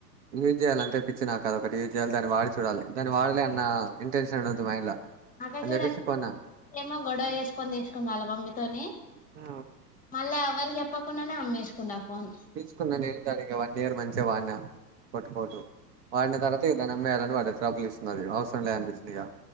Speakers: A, on the right; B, on the left.
A: యూజ్ చేయాలంటే పిచ్చి నా కాద ఒకటి యూజ్ చేయాలి దాని వాడి చూడాలి దాని వాడలే అన్న ఇంటెన్షన్ ఉంది మైండ్ లా
B: మాకా
A: అని
B: చూడ
A: చెప్పేసి
B: చూస్తాను
A: కొన్నా
B: ఫస్ట్ ఏమో గొడవ వేసుకొని తీసుకొనిరాలా మమ్మీతోని
A: ఆ,
B: మళ్ళా ఎవరి చెప్పకుండానే అమ్మేసుకున్నా ఫోన్
A: తీసుకున్నా నేన్ గాని ఇగ వన్ ఇయర్ మంచిగా వాడినా పోట్టుపోటు వాడిన తర్వాత ఇ దాన్ని అమ్మేయాలని వడ్డది ట్రబుల్ ఇస్తున్నది అవసరం లే అనిపించింది ఇక